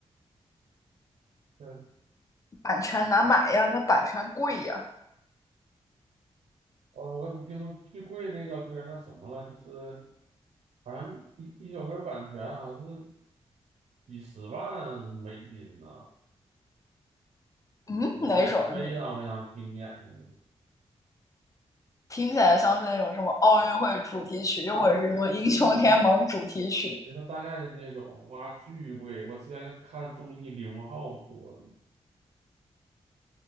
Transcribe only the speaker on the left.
版权难买呀，它版权贵呀。
嗯，
哪首你听起来像是那种什么奥运会主题曲，又或者是什么英雄联盟主题曲？